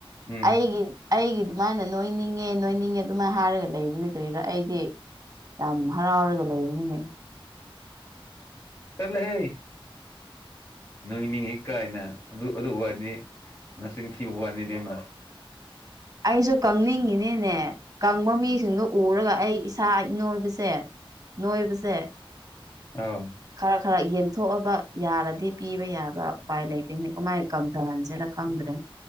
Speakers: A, on the left (about 30°); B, on the right (about 35°).
A: ꯎꯝ
B: ꯑꯩꯒꯤ ꯑꯩꯒꯤ ꯑꯗꯨꯃꯥꯏꯅ ꯅꯣꯏꯅꯤꯡꯉꯦ ꯅꯣꯏꯅꯤꯡꯉꯦ ꯑꯗꯨꯃꯥꯏꯅ ꯍꯥꯏꯔꯒ ꯂꯩꯕꯅꯦ ꯀꯔꯤꯔꯥ ꯑꯩꯗꯤ ꯌꯥꯝ ꯍꯔꯥꯎꯔꯒ ꯂꯩꯕꯅꯤꯅꯦ
A: ꯆꯂ ꯍꯦ ꯅꯣꯏꯅꯤꯡꯉꯤ ꯀꯥꯏꯅ ꯑꯗꯨ ꯑꯗꯨ ꯋꯥꯅꯤ ꯃꯁꯤꯡ ꯃꯁꯤꯡꯤꯟ ꯊꯤꯕ ꯋꯥꯅꯤ ꯕꯦꯝꯃ
B: ꯑꯩꯁꯨ ꯀꯪꯅꯤꯡꯉꯤꯅꯤꯅꯦ ꯀꯪꯕ ꯃꯤꯁꯤꯡꯗꯨꯣ ꯎꯔꯒ ꯑꯩ ꯏꯁꯥ ꯏꯅꯣꯏ ꯁꯦ ꯅꯣꯏꯕꯁꯦ
A: ꯑꯧ
B: ꯈꯔ ꯈꯔ ꯌꯦꯟꯊꯣꯛꯑꯕ ꯌꯥꯔꯗꯤ ꯄꯤꯕ ꯌꯥꯕ ꯎꯄꯥꯏ ꯂꯩꯇꯦꯅꯦ ꯀꯃꯥꯏꯅ ꯀꯪꯊꯍꯟꯁꯦꯅ ꯈꯪꯗ꯭ꯔꯦ